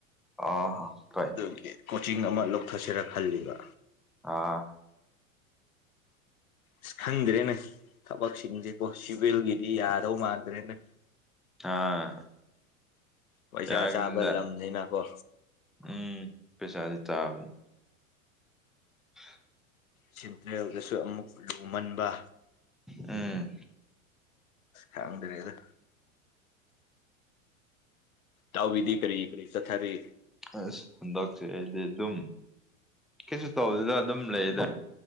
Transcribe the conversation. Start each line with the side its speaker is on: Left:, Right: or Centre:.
Centre: ꯑ ꯇꯥꯏ
Left: ꯑꯗꯨꯒꯤ ꯀꯣꯆꯤꯡ ꯑꯃ ꯂꯧꯊꯠꯁꯔ ꯈꯜꯂꯤꯕ
Centre: ꯑꯥ
Left: ꯑ ꯈꯪꯗ꯭ꯔꯦꯅꯦ ꯊꯕꯛꯁꯤꯡꯁꯦꯀꯣ ꯁꯤꯚꯦꯜꯒꯤꯗꯤ ꯌꯥꯗꯧ ꯃꯥꯟꯗ꯭ꯔꯦꯅꯦ
Centre: ꯑꯥ
Left: ꯄꯩꯁꯥ
Centre: ꯌꯥꯒꯅꯤꯗ
Left: ꯆꯥꯕ ꯂꯝꯅꯤꯅꯀꯣ
Centre: ꯎꯝ ꯄꯩꯁꯥꯗꯤ ꯆꯥꯕꯅꯤ <inaudible>
Left: ꯁꯤꯦꯟꯇ꯭ꯔꯦꯜꯗꯁꯨ ꯑꯃꯨꯛ ꯂꯨꯃꯟꯕ
Centre: ꯑꯝ
Left: ꯈꯪꯗꯔꯤꯗ ꯇꯥꯎ ꯗꯤꯤ ꯀꯔꯤ ꯏꯔꯤ ꯆꯊꯔꯤ
Centre: ꯑꯁ ꯍꯟꯗꯛꯁꯦ ꯑꯩꯗꯤ ꯑꯗꯨꯝ ꯀꯩꯁꯨ ꯇꯧꯕꯗꯨꯗ ꯑꯗꯨꯝ ꯂꯩꯗ